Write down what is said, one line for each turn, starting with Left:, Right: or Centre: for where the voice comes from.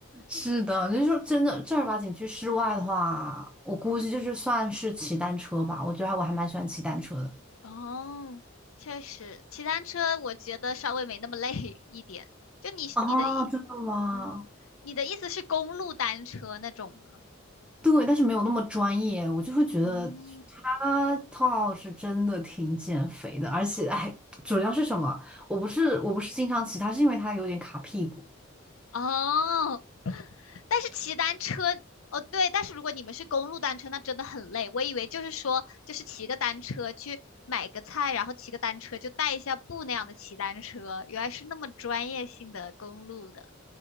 Centre: 是的，就是说真的正儿八经去室外的话，我估计就是算是骑单车吧。我觉得还我还蛮喜欢骑单车的。
Left: 哦，确实，骑单车我觉得稍微没那么累 <laughs> 一点。就你你的意，
Centre: 啊，真的吗？
Left: 哦，你的意思是公路单车那种吗？
Centre: 对，但是没有那么专业，我就会觉得他套是真的挺减肥的，
Left: 嗯，
Centre: 而且还主要是什么？我不是我不是经常骑它，是因为它有点卡屁股。
Left: 哦，但是骑单车，哦对，但是如果你们是公路单车，那真的很累。我以为就是说，就是骑个单车去买个菜，然后骑个单车就带一下步那样的骑单车，原来是那么专业性的公路的。